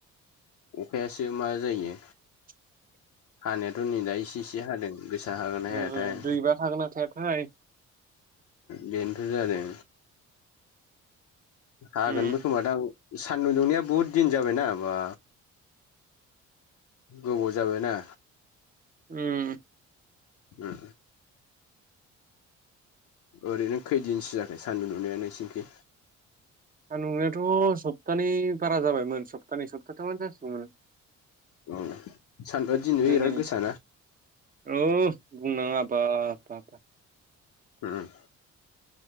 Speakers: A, on the left; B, on the right.
A: अखायासो मा जायो।
B: <unintelligible>
A: हानायाथ' नै दा इसे इसे हादों गोसा हागोना‌ हायाथाय।
B: ओ दैबा थागोना थायाथाय
A: बेनोथ' जादों हागोनबो
B: उम
A: खोमा दा सान्दुं दुंनाया बुहुद दिन जाबायना बा गोबाव जाबायना
B: उम
A: उम ओरैनो खैदिनसो जाखो सान्दुं दुंनाया नोंसोरनिखै।
B: आं नुनायाथ' सप्तानै बारा जाबायमोन सप्तानै सप्ताथामानो जासिगौमोन
A: औ सान्दुंआ‌ दिनैबो
B: दिनै
A: बिराद गोसाना
B: औ बुंनाङा बा बाब
A: उम